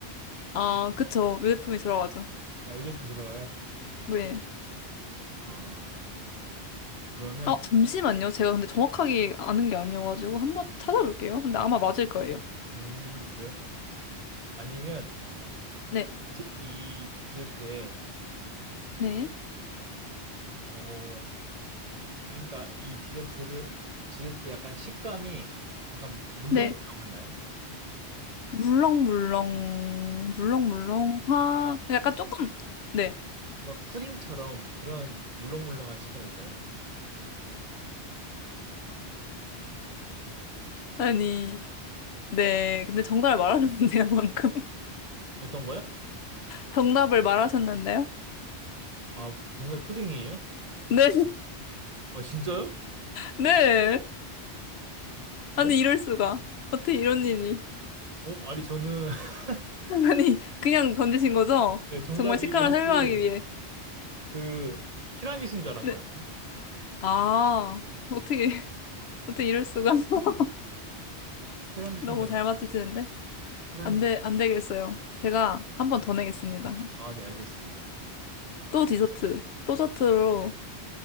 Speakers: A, on the left; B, on the right.
A: 아, 그쵸. 유제품이 들어가죠.
B: 아, 유제품 들어가요?
A: 네.
B: 아, 그러면,
A: 아, 잠시만요. 제가 근데 정확하게 아는 게 아니어가지고 한번 찾아볼게요. 근데 아마 맞을 거예요.
B: 음, 그래요? 아니면
A: 네,
B: 디- 이 디저트에
A: 네,
B: 어 그러니까 이 디저트를 디저트 약간 식감이 약간 물렁물렁하나요?
A: 네. 물렁물렁, 물렁물렁, 화.
B: 그러니까
A: 약간 조금, 네.
B: 뭐랄까 푸딩처럼 그런 물렁물렁한 식감일까요?
A: 아니, 네. 근데 정답을 말하셨는데요, 방금. <laughs>
B: 어떤 거요?
A: 정답을 말하셨는데요?
B: 아 정말 푸딩이에요?
A: 네,
B: 아 진짜요?
A: 네. 아니,
B: 어?
A: 이럴 수가. 어떻게 이런 일이.
B: 어 아니 저는 <laughs>
A: 아니, 그냥 던지신 거죠?
B: 네, 정답이
A: 정말 식감을
B: 사실
A: 설명하기 위해.
B: 그 티라미수인 줄 알았거든요.
A: 네. 아, 어떻게, 어떻게 이럴 수가. <laughs>
B: 티라미수인
A: 너무
B: 줄 알았는데
A: 잘 맞추시는데.
B: 티라미수가
A: 안 돼, 안
B: 아니에요.
A: 되겠어요. 제가 한 번 더 내겠습니다.
B: 아, 네, 알겠습니다.
A: 또 디저트, 또 저트로,